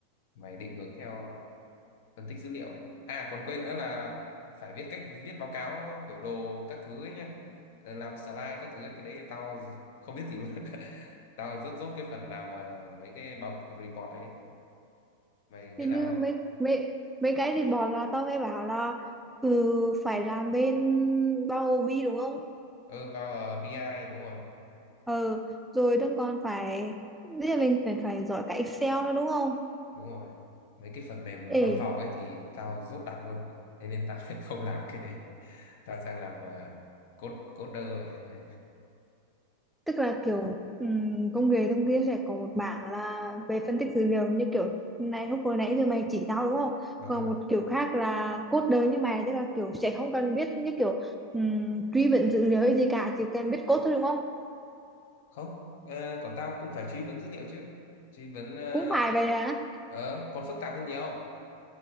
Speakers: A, on the left; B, in the centre.
A: mày định hướng theo phân tích dữ liệu ấy. À còn quên nữa là phải viết cách viết báo cáo biểu đồ các thứ ấy nha. Ờ, Làm slide các thứ ấy. Cái đấy thì tao không biết gì luôn. <laughs> Tao rất dốt cái phần làm ờ, mấy cái báo report ấy. Mày biết
B: thì như
A: làm không?
B: mấy mấy mấy cái thì bọn là tao nghe bảo là ừ, phải làm bên bao bì đúng không
A: Ừ, vào ờ, PI ai, đúng rồi.
B: ờ rồi đừng còn phải bây giờ mình phải phải giỏi cả Excel nữa đúng không
A: đúng rồi mấy cái phần mềm văn
B: Ê,
A: phòng ấy thì tao dốt đặc luôn thế nên tao <laughs> không làm cái đấy tao sang làm uh, code coder rồi ờ
B: tức là kiểu ừm, công nghệ thông kia sẽ có một bảng là về phân tích dữ liệu như kiểu này lúc vừa nãy giờ mày chỉ tao đúng không
A: Ờ.
B: còn một kiểu khác là cốt đời như mày tức là kiểu sẽ không cần biết như kiểu ừm, truy vấn dữ liệu hay gì cả chỉ cần biết cốt thôi đúng không
A: không ờ, còn tao cũng phải truy vấn dữ liệu chứ truy vấn ờ
B: cũng phải vậy hả
A: ờ, còn phức tạp hơn nhiều